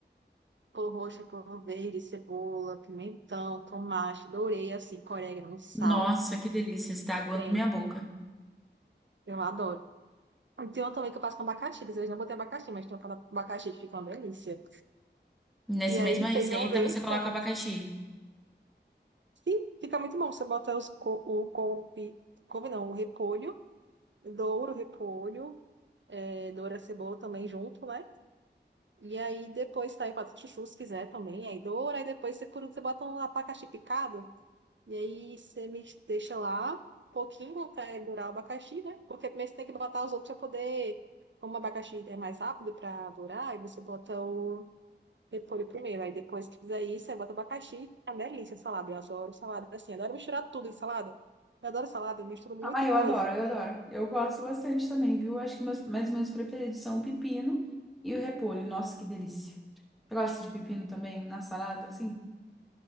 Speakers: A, on the right; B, in the centre.
A: pulo roxo, pulo verde, cebola, pimentão, tomate, dourei, assim, com orégano, sal.
B: Nossa, que delícia, está aguando
A: Bem,
B: minha boca.
A: Eu adoro. E tem uma também que eu faço com abacaxi. Vocês não botem abacaxi, mas tem uma com abacaxi que fica uma delícia.
B: Nessa
A: E aí,
B: mesma receita
A: feijão verde
B: você coloca
A: também.
B: abacaxi.
A: Sim, fica muito bom. Você bota os, co- o couve, couve não, o repolho, douro, o repolho, é, doura a cebola também junto, né? E aí depois tá aí, faz chuchu se quiser também. Aí doura, aí depois você, por último, você bota um abacaxi picado. E aí você me deixa lá um pouquinho até durar o abacaxi, né? Porque primeiro você tem que botar os outros para poder. Como o abacaxi é mais rápido para durar, aí você bota o repolho primeiro. Aí depois que fizer isso, você bota o abacaxi. É uma delícia a salada. Eu adoro salada assim. Adoro misturar tudo em salada. Eu adoro salada, eu misturo muita
B: Ah, eu
A: coisa.
B: adoro, eu adoro. Eu gosto bastante também, viu? Acho que meus, mas meus preferidos são o pepino e o repolho. Nossa, que delícia. Eu gosto de pepino também na salada, assim.